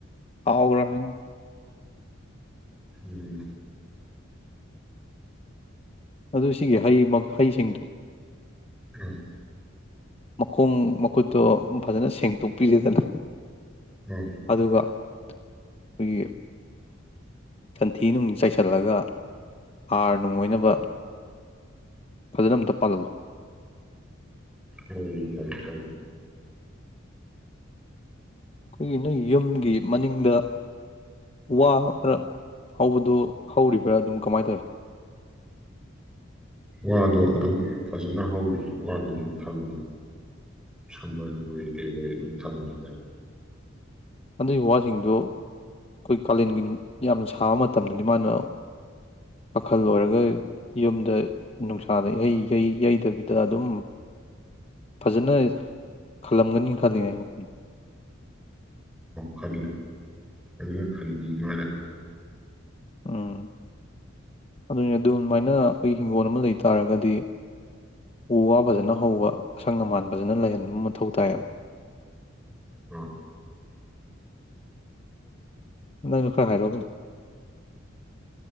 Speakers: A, on the left; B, in the centre.
A: ꯍꯥꯎꯈ꯭ꯔꯕꯅꯤꯅ
B: ꯎꯝ
A: ꯑꯗꯨ ꯁꯤꯒꯤ ꯍꯩ ꯍꯩꯁꯤꯡꯗꯣ
B: ꯎꯝ
A: ꯃꯈꯣꯡ ꯃꯈꯨꯠꯇꯣ ꯐꯖꯅ ꯁꯦꯡꯗꯣꯛꯄꯤꯔꯦꯗꯅ
B: ꯎꯝ
A: ꯑꯗꯨꯒ ꯑꯩꯈꯣꯏꯒꯤ ꯁꯟꯊꯤ ꯅꯨꯡ ꯆꯥꯏꯁꯤꯜꯂꯒ ꯍꯥꯔ ꯅꯨꯡ ꯑꯣꯏꯅꯕ ꯐꯖꯅ ꯑꯝꯇ ꯄꯥꯜꯍꯜꯂꯨ
B: ꯍ
A: ꯑꯩꯈꯣꯏꯒꯤ ꯅꯣꯏ ꯌꯨꯝꯒꯤ ꯃꯅꯤꯡꯗ ꯋꯥ ꯈꯔ ꯍꯧꯕꯗꯨ ꯍꯧꯔꯤꯕ꯭ꯔꯥ ꯑꯗꯨꯝ ꯀꯃꯥꯏꯅ ꯇꯧꯏ
B: ꯋꯥꯗꯣ ꯑꯗꯨꯝ ꯐꯖꯅ ꯍꯧꯔꯤ ꯋꯥꯗꯨ ꯑꯗꯨꯝ ꯊꯝꯃꯤ ꯁꯜ ꯑꯣꯏ ꯀ ꯑꯣꯏ ꯑꯗꯨꯝ ꯊꯝꯃꯦꯗ
A: ꯑꯗꯨꯒꯤ ꯋꯥꯁꯤꯡꯗꯨ ꯑꯩꯈꯣꯏ ꯀꯥꯂꯦꯟꯒꯤ ꯌꯥꯝꯅ ꯁꯥꯕ ꯃꯇꯝꯗꯗꯤ ꯃꯥꯅ ꯄꯥꯈꯜ ꯑꯣꯏꯔꯒ ꯌꯨꯝꯗ ꯅꯨꯡꯁꯥꯗꯍꯩ ꯌꯩꯗꯕꯤꯗ ꯑꯗꯨꯝ ꯐꯖꯅ ꯈꯜꯂꯝꯒꯅꯤ ꯈꯜꯂꯤꯅꯦ ꯑꯩ ꯋꯥꯈꯜ
B: ꯈꯜꯂꯤ ꯐꯖꯅ ꯈꯟꯕꯤ ꯃꯥꯅ
A: ꯎꯝ ꯑꯗꯨꯅꯦ ꯑꯗꯨꯃꯥꯏꯅ ꯑꯩꯈꯣꯏ ꯍꯤꯡꯒꯣꯜ ꯑꯃ ꯂꯩ ꯇꯥꯔꯒꯗꯤ ꯎ ꯋꯥ ꯐꯖꯅ ꯍꯧꯕ ꯑꯁꯪ ꯑꯃꯥꯟ ꯐꯖꯅ ꯂꯩꯍꯟꯕ ꯃꯊꯧ ꯇꯥꯏꯌꯦꯕ
B: ꯑ
A: ꯅꯪꯁꯨ ꯈꯔ ꯍꯥꯏꯔꯛꯑꯣꯅꯦ